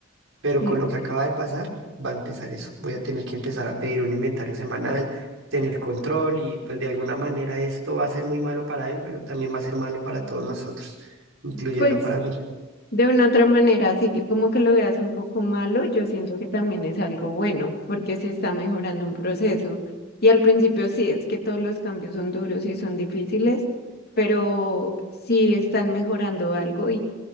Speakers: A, on the right (about 75°); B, on the left (about 50°).
A: Pero
B: Sí.
A: con lo que acaba de pasar, va a empezar eso. Voy a tener que empezar a pedir un inventario semanal, tener control y pues de alguna manera esto va a ser muy malo para él, pero también va a ser malo para todos nosotros, incluyendo
B: Pues
A: para mí.
B: de una otra manera, así que como que lo veas un poco malo, yo siento que también es algo bueno, porque se está mejorando un proceso. Y al principio sí, es que todos los cambios son duros y son difíciles, pero sí están mejorando algo